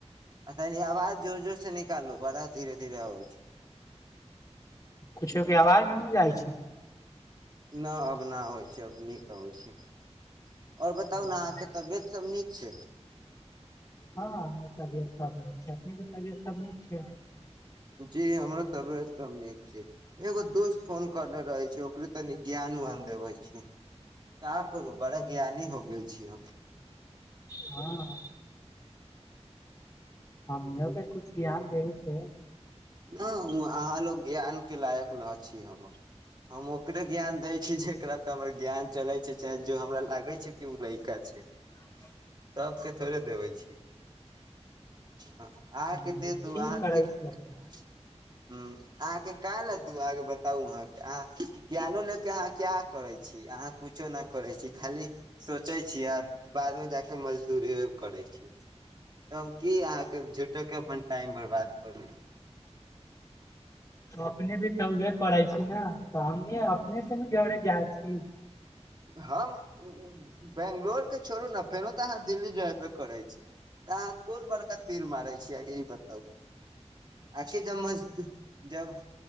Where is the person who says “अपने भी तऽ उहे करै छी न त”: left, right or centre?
Left